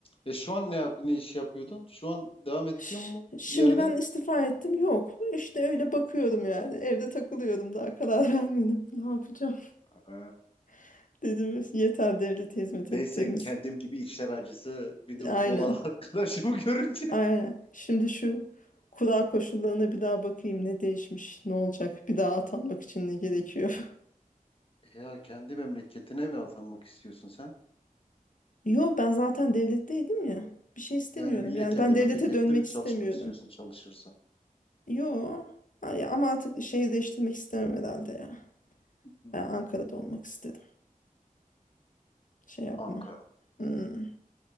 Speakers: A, on the left (about 40°); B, on the left (about 65°).
A: E şu an ne yap ne iş yapıyordun? Şu an devam ediyor
B: Ş-
A: mu
B: Şimdi
A: bir yerde?
B: ben istifa ettim yok. İşte öyle bakıyorum yani evde takılıyorum daha karar <laughs> vermedim. Ne yapacağım
A: Ha.
B: <laughs> dedim yeter devlete hizmet
A: Neyse
B: ettiğimiz.
A: kendim gibi işler acısı bir durumda
B: Aynen.
A: olan <laughs> arkadaşımı görünce.
B: Aynen. Şimdi şu kura koşullarına bir daha bakayım ne değişmiş, ne olacak, bir daha atanmak için ne gerekiyor.
A: Ya kendi memleketine mi atanmak istiyorsun sen?
B: <laughs> Yo ben zaten devletteydim ya. Bir şey istemiyordum.
A: Yani yine
B: Yani
A: kendi
B: ben devlete
A: memlekette
B: dönmek
A: mi çalışmak
B: istemiyordum.
A: istiyorsun çalışırsan?
B: Yo. Ha, ya ama artık şehir değiştirmek istemem herhalde ya.
A: Hmm.
B: Ben Ankara'da olmak istedim. Şey yapmam.
A: Ankara.
B: Hmm.